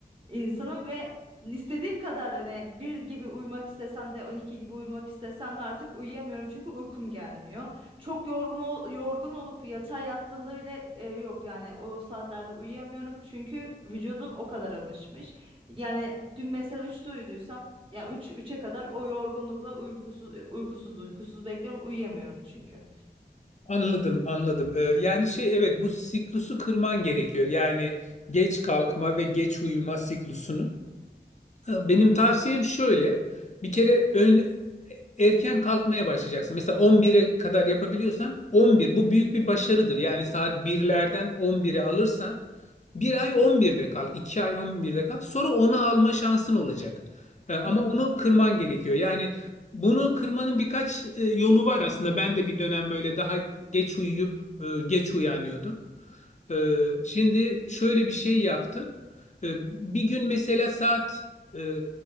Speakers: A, on the right (about 30°); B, on the left (about 45°).
A: insanım ve İstediğim kadar hani bir gibi uyumak istesem de 12 gibi uyumak istesem de artık uyuyamıyorum çünkü uykum gelmiyor. Çok yorgun ol- yorgun olup yatağa yattığımda bile e, yok yani o saatlerde uyuyamıyorum çünkü vücudum o kadar alışmış. Yani dün mesela üçte uyuduysam yani üç üçe kadar o yorgunlukla uykusuz uykusuz uykusuz bekliyorum uyuyamıyorum çünkü.
B: Anladım, anladım. Ee, yani şey evet bu siklusu kırman gerekiyor. Yani geç kalkma ve geç uyuma siklusunu. Benim tavsiyem şöyle. Bir kere ön, erken kalkmaya başlayacaksın. Mesela 11'e kadar yapabiliyorsan 11 bu büyük bir başarıdır. Yani saat 1'lerden 11'e alırsan bir ay 11'de kalk, iki ay 11'de kalk. Sonra 10'a alma şansın olacak. Ee, ama
A: Hı hı.
B: onu kırman gerekiyor. Yani bunu kırmanın birkaç e, yolu var aslında. Ben de bir dönem böyle daha geç uyuyup e, geç uyanıyordum. Ee, şimdi şöyle bir şey yaptım. Ee, bir gün mesela saat e,